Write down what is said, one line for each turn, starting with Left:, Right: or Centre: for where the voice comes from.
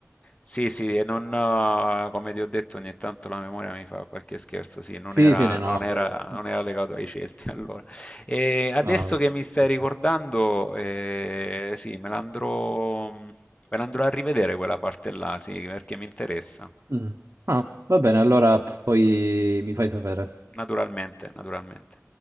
Left: sì, sì, e non, eh, come ti ho detto, ogni tanto la memoria mi fa qualche scherzo, sì, non
Right: Sì,
Left: era,
Right: sì, no, no,
Left: non
Right: vabbè.
Left: era- non era legato ai Celti <laughs> allora. E adesso
Right: No,
Left: che mi stai
Right: ci
Left: ricordando,
Right: sta.
Left: eh, sì, me l'andrò me l'andrò a rivedere quella parte là, sì, perché mi interessa,
Right: Mm. Ah, va bene, allora poi mi fai sapere.
Left: naturalmente, naturalmente.